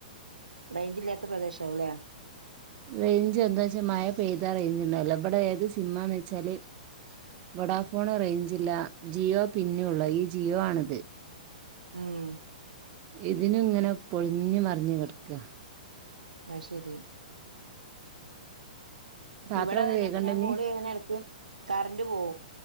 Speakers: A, on the right (about 75°); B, on the right (about 30°).
A: റെയ്ഞ്ചില്ലാത്ത പ്രദേ ശാവുലേ.
B: റേഞ്ച് എന്ത ച്ചാ മയ പെയ്താ റേഞ്ച് ണ്ടാവുല വടെ ഏത് സിം ആന്ന് വെച്ചാല്. വഡാഫോൺ റേഞ്ചില്ല ജിയോ പിന്നെയുള്ളു ഈ ജിയോ ആണ്ത്.
A: ഉം.
B: ഇതിനുങ്ങനെ പൊൾഞ്ഞ് മർഞ്ഞ് കട്ക്ക്യ.
A: അത് ശരി
B: രാത്രിയൊക്കെ
A: ഇവിടതന്നെപ്പം
B: കേൾക്കണ്ട
A: ഞാ
B: ഇഞ്ഞ്
A: കോള് ചെയ്യണെട്ക്ക് കറൻ്റ് പോവും